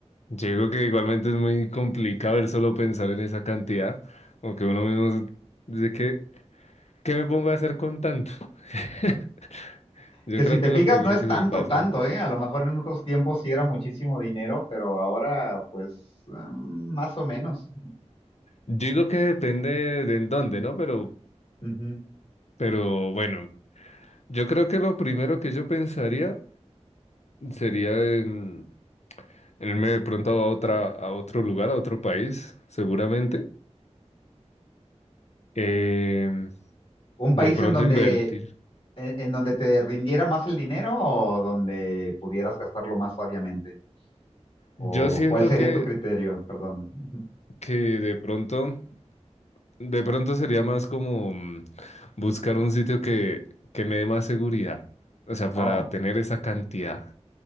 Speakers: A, on the left; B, on the left.
A: yo digo que igualmente es muy complicado el solo pensar en esa cantidad, aunque uno mismo se- dice que, ¿qué me pongo a hacer con tanto? <laughs> Yo
B: Que
A: creo
B: si te
A: que es
B: fijas,
A: lo primero
B: no es
A: que
B: tanto,
A: se me pasa.
B: tanto, ¿eh? A lo mejor en otros tiempos sí era muchísimo dinero, pero ahora, pues, mm, más o menos.
A: Yo digo que depende de en dónde, ¿no? Pero,
B: Ujú.
A: pero bueno, yo creo que lo primero que yo pensaría sería en, en irme de pronto a otra, a otro lugar, a otro país, seguramente. Em,
B: ¿Un
A: de
B: país
A: pronto
B: en donde,
A: invertir.
B: en, en donde te rindiera más el dinero o donde pudieras gastarlo más sabiamente? ¿O
A: Yo siento
B: cuál sería
A: que
B: tu criterio? Perdón. <laughs>
A: que de pronto, de pronto sería más como mm, buscar un sitio que, que me dé más seguridad, o sea, para
B: Oh,
A: tener esa cantidad